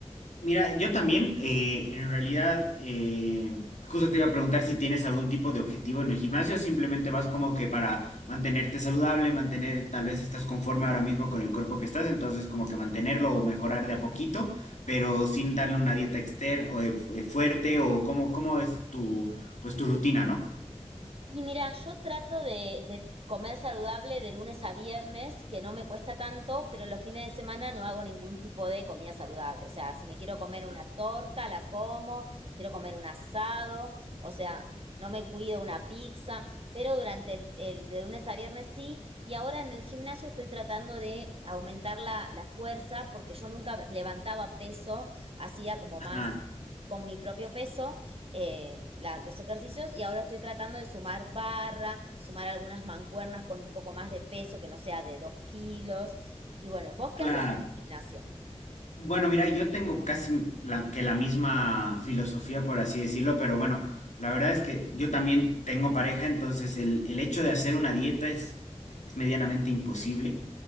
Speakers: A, on the left; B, on the right.
A: Mira, yo también, eh, en realidad, eh, justo te iba a preguntar si tienes algún tipo de objetivo en el gimnasio o simplemente vas como que para mantenerte saludable, mantener, tal vez estás conforme ahora mismo con el cuerpo que estás, entonces como que mantenerlo o mejorar de a poquito, pero sin darle una dieta externa o eh, fu- eh, fuerte o cómo, cómo es tu, pues tu rutina, ¿no?
B: Y mira, yo trato de, de comer saludable de lunes a viernes, que no me cuesta tanto, pero los fines de semana no hago ningún tipo de comida saludable. O sea, si me quiero comer una torta, la como, quiero comer un asado, o sea, no me cuido una pizza, pero durante el, el de lunes a viernes sí. Y ahora en el gimnasio estoy tratando de aumentar la, la fuerza, porque yo nunca levantaba peso, hacía como
A: Claro.
B: más con mi propio peso eh, la- los ejercicios y ahora estoy tratando de sumar barra, sumar algunas mancuernas con un poco más de peso que no sea de dos kilos. Y bueno, ¿vos qué
A: Claro.
B: haces en el gimnasio?
A: Bueno, mira, yo tengo casi la- que la misma filosofía, por así decirlo, pero bueno, la verdad es que yo también tengo pareja, entonces el, el hecho de hacer una dieta es, es medianamente imposible.